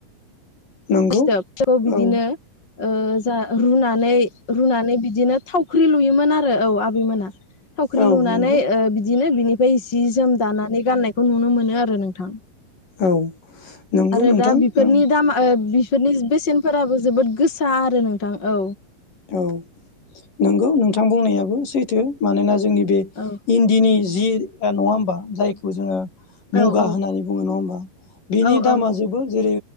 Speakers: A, on the left; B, on the left.
A: नंगौ
B: फिथोबखौ बिदिनो
A: औ
B: ओ जा रुनानै रुनानै बिदिनो थावख्रि लुयोमोन आरो औ आबैमोना। थावख्रि
A: औ
B: लुनानै
A: नंगौ
B: बिदिनो बिनिफ्राय जि जोम दानानै गाननायखौ नुनो मोनो आरो नोंथां।
A: औ नंगौ
B: आरो
A: नोंथां
B: दा बेफोरनि
A: औ
B: दामा ओ बि बिफोरनि बेसेनफोराबो जोबोद गोसा आरो नोंथां औ।
A: औ नंगौ नोंथां बुंनायाबो सैथो मानोना जोंनि बे
B: औ
A: इन्दिनि जि नङा होमबा जायखौ जोङो मुगा
B: औ औ
A: होननानै बुङो नङा होमबा बिनि
B: औ
A: दामा
B: औ
A: जोबो जेरै